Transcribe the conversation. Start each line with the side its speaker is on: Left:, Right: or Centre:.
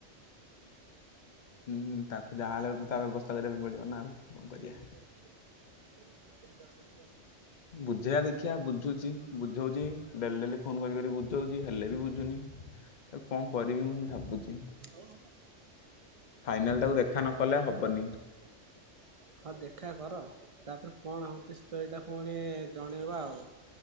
Left: ହୁଁ ତାକୁ ଯାହାହଲେ ତା ବ୍ୟବସ୍ଥା କରିବା ପାଇଁ ପଡିବ ନା ଆଉ। କଣ
Right: <unintelligible>
Left: କରିବା।
Right: ଦର୍ଶ <unintelligible>
Left: ବୁଝେଇବା ଦେଖିିବା ବୁଝୁଛି ବୁଝଉଛି ଡେଲି ଡେଲି। ଫୋନ କରି କରି ବୁଝଉଚି ହେଲେ ବି ବୁଝୁନି ତାକୁ କଣ କରମି ଭାବୁଚି।
Right: <unintelligible>
Left: ଫାଇନାଲ ତାକୁ ଦେଖା ନ କଲେ ହବନି।
Right: <inaudible> ହଁ ଦେଖା କର ତାପରେ କଣ ହଉଛି ଷ୍ଟୋରି ଟା ପୁଣି ଜଣେଇବ ଆଉ।